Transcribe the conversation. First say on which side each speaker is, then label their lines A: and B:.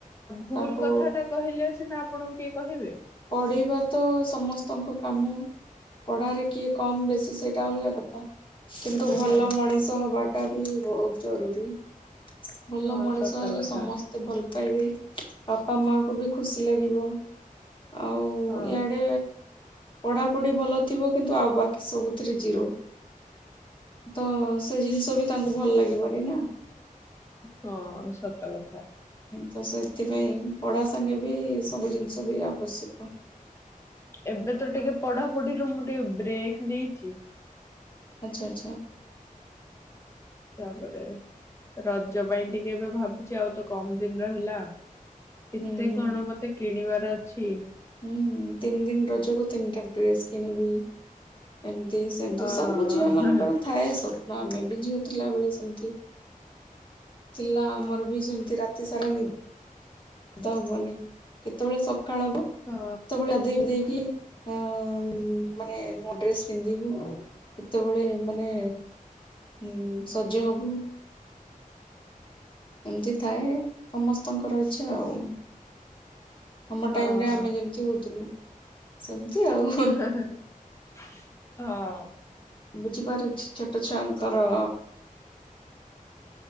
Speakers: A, on the left; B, on the left.
A: ଭୁଲ
B: ତାଙ୍କୁ
A: କଥା ଟା କହିଲେ ସିନା ଆପଣଙ୍କୁ କିଏ କହିବେ।
B: ଅଢେଇବା ତ ସମସ୍ତଙ୍କ କାମ ପଢ଼ାରେ କିଏ କମ୍ ବେଶୀ ସେଇଟା ଅଲଗା କଥା। କିନ୍ତୁ
A: ହଁ
B: ଭଲ ମଣିଷ ହବାଟା ବି ବହୁତ ଜରୁରୀ। ଭଲ
A: ହଁ
B: ମଣିଷ
A: ସତ
B: ହେଲେ
A: କଥା
B: ସମ ତେ ଭଲ ପାଇବେ ବାପା ମାଙ୍କୁୁ ବି ଖୁସି ଲାଗିବ। ଆଉ
A: ହଁ
B: ଇଆଡ଼େ ପଢ଼ାପଢ଼ି ଭଲ ଥିବ କିନ୍ତୁ ଆଉ ବାକି ସବୁଥିରେ ଜିରୋ। ତ ସେ ଜିନିଷ ବି ତାଙ୍କୁ ଭଲ ଲାଗିବନି ନା।
A: ହଁ ସତ କଥା।
B: ତ ସେଥିପାଇଁ ପଢ଼ା ସାଙ୍ଗେ ବି ସବୁ ଜିନିଷ ବି ଆବଶ୍ୟକ।
A: ଏବେ ତ ଟିକେ ପଢାପଢିରୁ ମୁଁ ଟିକେ ବ୍ରେକ୍ ନେଇଚି।
B: ଆଚ୍ଛା ଆଚ୍ଛା।
A: ତାପରେ ରଜ ପାଇଁ ଟିକେ ଏବେ ଭାବୁଛି ଆଉ ତ କମ ଦିନ ରହିଲା। କେତେ
B: ହୁଁ ହୁଁ
A: କଣ ମୋତେ କିଣିବାର ଅଛି।
B: ହୁଁ ତିନି ଦିନ ରଜ କୁ ତିନିଟା ଡ୍ରେସ କିଣିବି। ଏମତି ସେମତି
A: ଅ
B: ସବୁ ଝିଅ ମାନଙ୍କର
A: ହଁ
B: ଥ ଥାଏ ସ୍ୱପ୍ନ ଆମେ ବି ଝିଅ ଥିଲା ବେଳେ ସେମିତି। ଥିଲା ଆମର ବି ସେମିତି ରାତି ସାରା ନି ଡ ହବନି କେତେବେଳେ ସକାଳ ହବ କେତେବେଳେ
A: ହଁ
B: ଆଧେଇଧେଇକି ଅ ଉଁ ମାନେ ନୂଆ ଡ୍ରେସ୍ ପିନ୍ଧିବୁ ଏତେବେଳେ ମାନେ ହୁଁ ସଜ ହବୁ। ଏମିତି ଥାଏ ସମସ୍ତଙ୍କର ଇଚ୍ଛା ଆଉ। ଆମ
A: ହଁ
B: ଟାଇମ ରେ ଆମେ ଯେମିତି ହଉଥିଲୁ ସେମତି ଆଉ।
A: ହଁ।
B: ବୁଝିପାରୁଛି ଛୋଟ ଛୁଆଙ୍କର